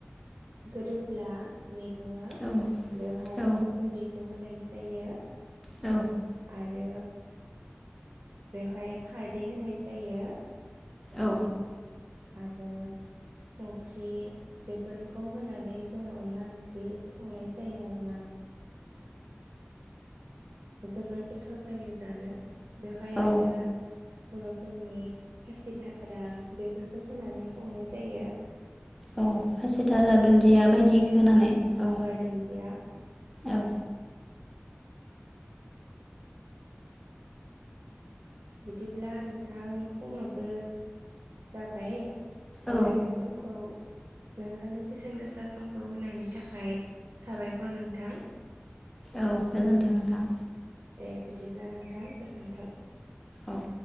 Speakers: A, on the right; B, in the centre.
A: गोदौब्ला मेगंया
B: औ
A: बेवहाय
B: औ
A: अन गुन्दै खौ होनाय जायो।
B: औ।
A: आरो बेवहाय खारदै होनाय जायो।
B: औ
A: आरो संख्रि बेफोरखौ होनानै जोङो अनला ओंख्रि संनाय जायो आरोना। जोबोर गोथाव जायो जानो। बेवहाय
B: औ
A: आरो बर'फोरनि खासिधारा बेफोरखौ होनानै संनाय जायो।
B: औ खासिघारा दुन्दिया बायदि होनानै
A: गंगार
B: औ
A: दुन्दिया
B: औ।
A: बिदिब्ला नोंथां समाबो जाबाय। नोंथांनि
B: औ
A: समखौ नोंथांनि बेसेन गोसा समखौ होनायनि थाखाय साबायखर नोंथां।
B: औ गोजोन्थों नोंथां
A: दे बिदिब्ला नोंथां गोजोन्थों।
B: औ